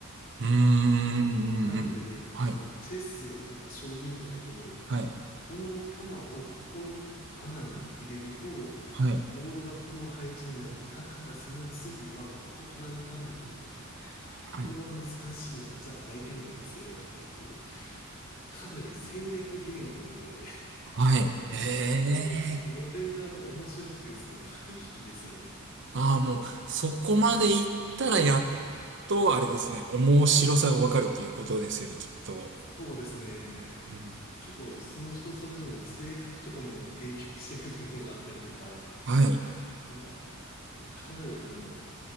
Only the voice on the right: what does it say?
うーん。うんうんはい。
はい。
はい。
はい。
はい。へえ。
ああ、もう、そこまで行ったらやっと、あれですね、面白さがわかるっていうことですよね、きっと。
うん。
はい。